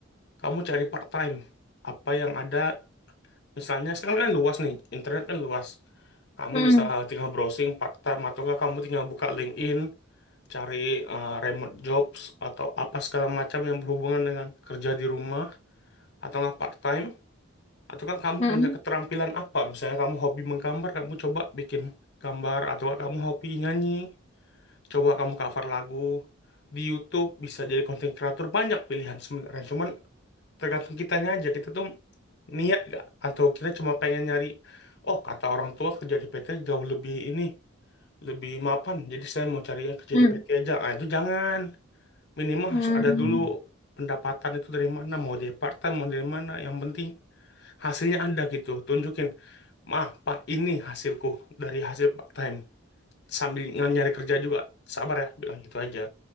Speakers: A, on the left; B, on the left.
A: kamu cari part time. Apa yang ada, misalnya sekarang kan luas nih, internet kan luas. Kamu
B: Hmm,
A: bisa tinggal browsing part time atau nggak kamu tinggal buka LinkedIn, cari eh, remote jobs atau apa segala macam yang berhubungan dengan kerja di rumah atau nggak part time. Atau kan kamu
B: hmm,
A: punya keterampilan apa? Misalnya kamu hobi menggambar, kamu coba bikin gambar. Atau nggak kamu hobi nyanyi, coba kamu cover lagu. Di YouTube bisa jadi content creator banyak pilihan sebenarnya. Cuman tergantung kitanya aja. Kita tuh niat nggak? Atau kita cuma pengen nyari, oh kata orang tua kerja di PT jauh lebih ini, lebih mapan. Jadi saya mau cari yang kerja
B: hmm,
A: di PT aja. Ah itu jangan. Minimal
B: hmm.
A: harus ada dulu pendapatan itu dari mana. Mau dari part-time, mau dari mana. Yang penting hasilnya ada gitu tunjukin mah pak ini hasilku dari hasil part time sambil nggak nyari kerja juga sabar ya bilang gitu aja